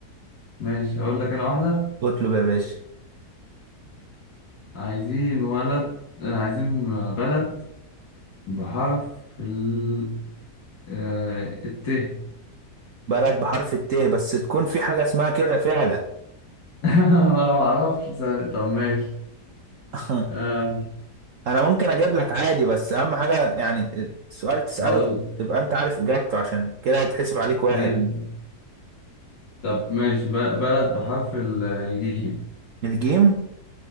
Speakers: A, on the left (about 70°); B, on the right (about 60°).
A: ماشي اقول لك انا واحدة
B: اطلب يا باشا
A: عايزين ولد آه، عايزين بلد بحرف ال آه، الت <laughs>
B: بلد بحرف الت بس تكون في حاجة اسمها كده فعلا
A: انا ما اعرفش ثاني. طب ماشي
B: <laughs>
A: آه
B: انا ممكن اجيب لك عادي بس اهم حاجه يعني السؤال تساله
A: هقول لك.
B: تبقى انت عارف اجابته عشان كده هيتحسب عليك واحد
A: ماشي طب ماشي ب- بلد بحرف ال- الجيم
B: الجيم